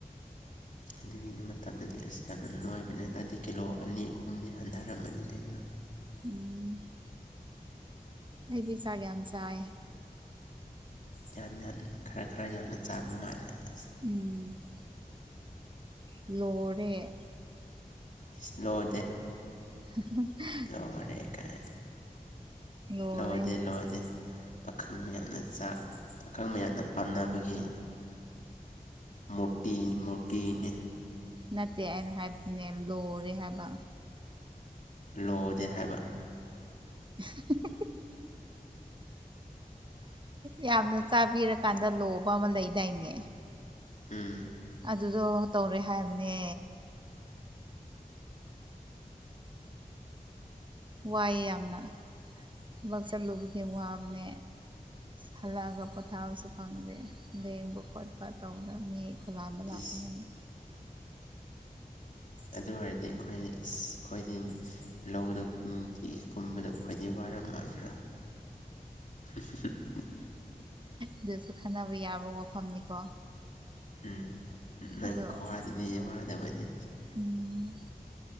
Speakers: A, on the left; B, on the right.
A: ꯑꯗꯨꯒꯤꯅꯤ ꯃꯇꯝꯗꯗꯤ ꯑꯁ ꯌꯥꯝꯅ ꯅꯣꯏꯕꯅꯦ ꯍꯟꯗꯛꯇꯗꯤ ꯀꯤꯂꯣ ꯑꯅꯤ ꯑꯍꯨꯝꯗꯤ ꯍꯟꯊꯔꯝꯃꯅꯤ ꯑꯩꯗꯣ
B: ꯎꯝ <unintelligible> <inaudible> ꯑꯩꯗꯤ ꯆꯥꯛ ꯀ ꯌꯥꯝ ꯆꯥꯏ
A: ꯌꯥꯝ ꯌꯥꯝ ꯈꯔ ꯈꯔ ꯌꯥꯝꯅ ꯆꯥꯕ ꯃꯥꯜꯂꯦ ꯑꯁ
B: ꯎꯝ <unintelligible> <inaudible> ꯂꯣꯔꯦ <unintelligible> <inaudible>
A: ꯏꯁꯂꯣ ꯗꯦ <unintelligible> <inaudible>
B: <unintelligible> <inaudible>
A: ꯂꯔꯦ ꯀꯥꯏ
B: ꯂꯣꯔꯦ
A: ꯂꯣꯗꯦ ꯂꯣꯗꯦ <inaudible> ꯄꯥꯈꯪ ꯃꯌꯥꯝꯅ ꯆꯥꯛ ꯄꯥꯈꯪ ꯃꯌꯥꯝꯅ ꯄꯥꯝꯅꯕꯒꯤ ꯃꯣꯇꯤ ꯃꯣꯇꯅꯦ
B: ꯅꯠꯇꯦ ꯑꯩꯅ ꯍꯥꯏꯕꯕꯁꯤꯅꯦ ꯂꯔꯦ ꯍꯥꯏꯕ
A: ꯂꯣꯗꯦ ꯍꯥꯏꯕ <inaudible>
B: <unintelligible> <inaudible> ꯌꯥꯝꯅ ꯆꯥꯕꯤꯔꯀꯥꯟꯗ ꯂꯣꯕ ꯑꯃ ꯂꯩꯗꯥꯏꯅꯦ
A: ꯑꯥ <unintelligible> <inaudible>
B: ꯑꯗꯨꯗꯣ ꯇꯧꯔꯦ ꯍꯥꯏꯕꯅꯦ ꯋꯥꯏꯑꯦ ꯌꯥꯝꯅ ꯊꯕꯛ ꯆꯠꯂꯨꯕꯒꯤ ꯋꯥꯕꯅꯦ ꯍꯜꯂꯛꯑꯒ ꯄꯣꯊꯥꯕꯁꯨ ꯐꯪꯗꯦ ꯂꯦꯡꯕ ꯈꯣꯠꯄ ꯇꯧꯕꯗ ꯃꯤ ꯈꯨꯂꯥꯏꯕꯂ
A: ꯏꯁ
B: ꯈꯅꯦꯅ
A: ꯑꯗꯨ ꯑꯣꯏꯔꯗꯤ ꯑꯩꯈꯣꯏ ꯑꯩꯈꯣꯏꯗꯤ ꯂꯧꯗꯨ ꯅꯨꯡꯇꯤꯒꯤ ꯀꯨꯝꯕꯗꯣ ꯑꯩꯈꯣꯏꯗꯤ ꯋꯥꯔꯝ ꯃꯥꯖꯔꯥ <unintelligible> <inaudible>
B: ꯑꯗꯨꯁꯨ ꯈꯟꯅꯕ ꯌꯥꯕ ꯋꯥꯐꯝꯅꯤꯀꯣ
A: ꯎꯝ ꯅꯪ
B: ꯑꯗꯣ
A: ꯈ꯭ꯋꯥꯗꯗꯤ ꯋꯥꯗꯕꯅꯤ
B: ꯎꯝ